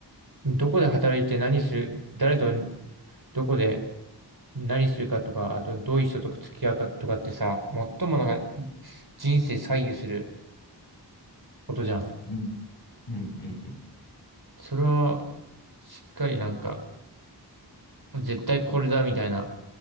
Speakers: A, on the right; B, on the left.
A: どこで働いて何する、誰とどこで何するかとか、あとどういう人と付き合うかとかってさ、最もなんか人生左右する。ことじゃん。
B: うん、うん、うん。
A: それは、しっかりなんか、絶対これだみたいな